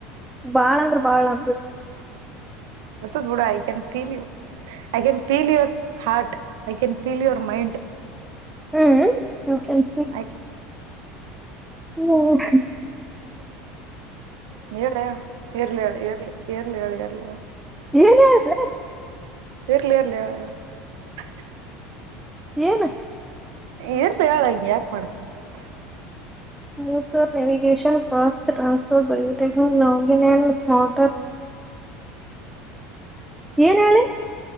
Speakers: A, in the centre; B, on the right.
A: ಬಾಳ ಅಂದ್ರ ಬಾಳ ಅಂದ
B: ಮತ್ತುಡ I can feel you I can feel your heart I can feel your mind
A: hmm ಯ ಕನ್
B: ಐ
A: ಹ್ಮ್
B: ಏ ಇರ್ಲಿ ಹೇಳು ಇರ್ಲಿ ರ್ಲಿ ಹೇಳು ಇರ್ಲಿ ಹೇಳ
A: ಏನ ಹೇಳ
B: ಇರ್ಲಿ ಇರ್ಲ ಯಾ <unintelligible>
A: ಏನ
B: ಇರ್ಲಿ ಹೇಳ ಹಿಂಗೆ ಯಾಕ <unintelligible>
A: smoother navigation fast transfer biotech login and smart ಏನ್ ಹೇಳಿ